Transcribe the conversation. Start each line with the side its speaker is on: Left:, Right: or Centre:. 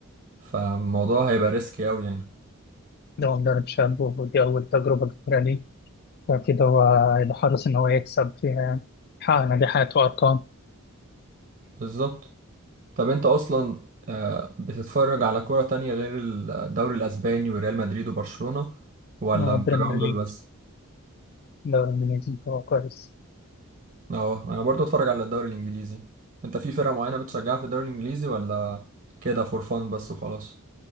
Right: فالموضوع هيبقى ريسكي قوي يعني
Left: ده هو مدرب شاب ودي أول تجربة كبيرة ليه فأكيد هو هيبقى حريص إن هو يكسب فيها يعني حقق نجاحات وأرقام
Right: بالظبط طب انت اصلا آه، بتتفرج على كرة تانية غير الدوري الاسباني وريال مدريد وبرشلونة ولا
Left: آه، بريمير
Right: متابعهم
Left: ليج
Right: دول بس
Left: الدوري الإنجليزي هو كويس
Right: اه انا برضو اتفرج على الدوري الانجليزي انت في فرقة معينة بتشجعها في الدوري الانجليزي ولا كده فور فان بس وخلاص